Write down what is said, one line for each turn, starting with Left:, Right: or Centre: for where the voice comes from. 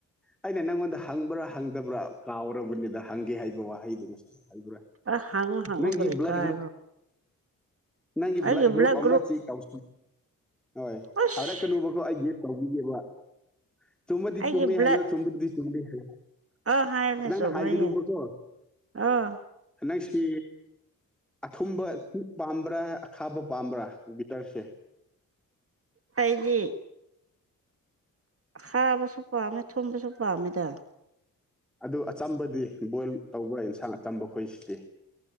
Centre: ꯑꯩꯅ ꯅꯪꯉꯣꯟꯗ ꯍꯪꯕ꯭ꯔꯥ ꯍꯪꯗꯕ꯭ꯔꯥ ꯀꯥꯎꯔꯕꯅꯤꯗ ꯍꯪꯒꯦ ꯍꯥꯏꯕ ꯋꯥꯍꯩꯗꯨꯣ ꯉꯁꯥꯏ ꯍꯥꯏꯕ꯭ꯔꯥ
Right: ꯑ ꯍꯪꯉꯨ ꯍꯪꯉꯨ
Centre: ꯅꯪꯒꯤ
Right: ꯀꯔꯤ
Centre: ꯭ꯂ
Right: ꯀꯥꯏꯕ꯭ꯔꯣ
Centre: ꯅꯪꯒꯤ
Right: ꯑꯩꯒꯤ
Centre: ꯕ꯭ꯂꯗ ꯒ꯭ꯔꯨꯞ
Right: ꯕ꯭ꯂꯠ
Centre: ꯑꯃ ꯆ ꯀꯥꯎ ꯍꯣꯏ
Right: ꯑꯁ
Centre: ꯍꯥꯏꯔꯛꯀꯅꯨꯕꯀꯣ ꯑꯩ ꯒꯦꯐ ꯇꯧꯕꯤꯒꯦꯕ ꯆꯨꯝꯕꯗꯤ
Right: ꯑꯩꯒꯤ
Centre: ꯆꯨꯝꯃꯤ
Right: ꯕ꯭ꯂꯠ
Centre: ꯍꯥꯏꯌ ꯑꯣ ꯆꯨꯝꯕꯗꯤ ꯆꯨꯝꯕꯤ ꯍꯥꯏ
Right: ꯑꯥ ꯍꯥꯏꯔꯅꯦ
Centre: ꯅꯪꯅ
Right: ꯆꯨꯝꯕ꯭ꯔꯥ
Centre: ꯍꯥꯏꯒꯅꯨꯕꯀꯣ
Right: ꯌꯦꯡꯉꯨ ꯑꯥ
Centre: ꯅꯪꯁꯤ ꯑꯊꯨꯝꯕ ꯄꯥꯝꯕ꯭ꯔꯥ ꯑꯈꯥꯕ ꯄꯥꯝꯕ꯭ꯔꯥ ꯒꯤꯇꯔꯁꯦ
Right: ꯍꯥꯏꯗꯤ ꯈꯥꯕꯁꯨ ꯄꯥꯝꯃꯦ ꯊꯨꯝꯕꯁꯨ ꯄꯥꯝꯃꯦꯗ
Centre: ꯑꯗꯨ ꯑꯆꯝꯕꯗꯤ ꯕꯣꯏꯜ ꯇꯧꯕꯔꯥ ꯏꯟꯁꯥꯡ ꯑꯆꯝꯕ ꯑꯩꯈꯣꯏꯁꯤꯗꯤ